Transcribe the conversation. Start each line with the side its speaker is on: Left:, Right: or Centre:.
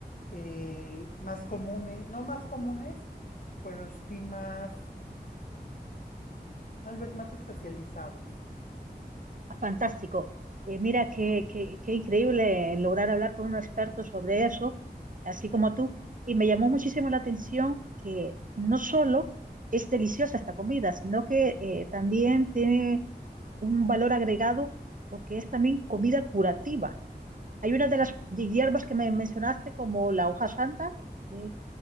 Left: eh, más comunes, no más comunes, pero sí más, tal vez más especializados.
Right: Fantástico. Eh, mira, qué, qué, qué increíble lograr hablar con un experto sobre eso, así como tú. Y me llamó muchísimo la atención que no solo es deliciosa esta comida, sino que eh, también tiene un valor agregado porque es también comida curativa. Hay una de las hierbas que me mencionaste como la hoja santa, eh,